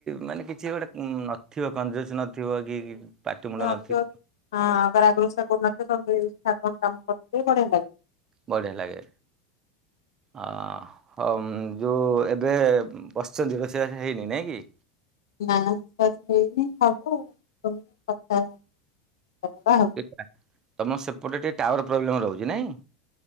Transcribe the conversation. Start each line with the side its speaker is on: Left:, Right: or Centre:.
Right: ମାନେ କିଛି ଗୋଟେ ଉଁ ନଥିବ କଜୁଂଶ ନଥିବ କି। ପାଟିମୁଣ୍ଡ
Left: <unintelligible> ହଁ <unintelligible>
Right: ନଥିବ
Left: ଆଗରୁ <unintelligible> ଠାକୁରଙ୍କ କାମ <unintelligible> ବଢିଆ ଲା
Right: ବଢ଼ିଆ ଲାଗେ ଅଁ। ହଉ ଉମ ଯୋଉ ଏବେ ବସିଛନ୍ତି। ରୋଷେଇ ବାସ ହେଇନି ନାଇଁ କି?
Left: ନା <unintelligible> ହେଇନି ହବ <unintelligible>
Right: ତମର ସେପଟେ ଟିକେ ଟାୱାର ପ୍ରୋବ୍ଲେମ୍ ରହୁଛି ନାଇଁ।